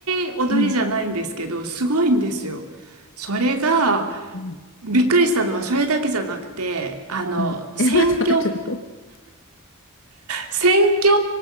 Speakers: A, on the right (about 80°); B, on the left (about 60°).
A: い踊りじゃないんですけど、
B: うん。
A: すごいんですよ。それが、
B: うん。
A: びっくりしたのはそれだけじゃなくて、あの、
B: うん。
A: 選挙
B: え、まだあるの <laughs>
A: 選挙、